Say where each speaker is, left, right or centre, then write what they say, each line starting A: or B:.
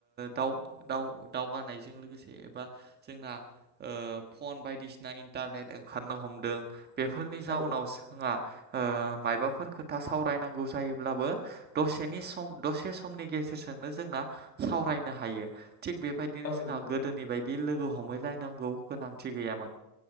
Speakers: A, on the right (about 20°); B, on the left (about 80°).
A: दावगानायजों लोगोसे एबा जों जों फन बायदिसिना इन्टारनेट ओंखारनो हमदों बेफोरनि जाउनावो
B: औ औ
A: मबाफोर खोथा सावरायनांगौ जायोब्लाबो दसेनि सम दसेनि ग गेजेरजोंनो जोंना सावरायनो हायो। थिग बेबायदिनो
B: औ
A: जोंहा
B: नंगौ
A: गोदोनि बायदि लोगो हमहैलायनांगौ गोनांथि गैयामोन।